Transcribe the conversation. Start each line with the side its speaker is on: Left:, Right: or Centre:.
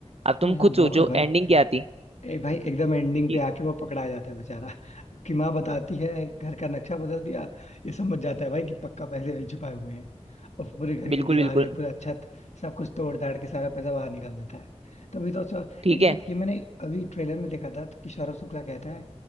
Right: अब तुम
Left: अरे हाँ
Right: खुद
Left: बवाल
Right: सोचो
Left: भाई
Right: एंडिंग क्या थी
Left: ए भाई एकदम एंडिंग
Right: कि
Left: पे आके वो पकड़ा जाता है बेचारा <laughs> कि माँ बताती है घर का नक्शा बदल दिया ये समझ जाता है भाई कि पक्का पैसे वही छुपाए हुए हैं और पूरे घर
Right: बिल्कुल
Left: की दीवारें
Right: बिल्कुल
Left: पूरा छत सब कुछ तोड़ ताड़ के सारा पैसा बाहर निकाल देता है तभी तो सर
Right: ठीक
Left: इनफैक्ट
Right: है
Left: ये मैंने अभी ट्रेलर में देखा था तो कि सौरभ शुक्ला कहता है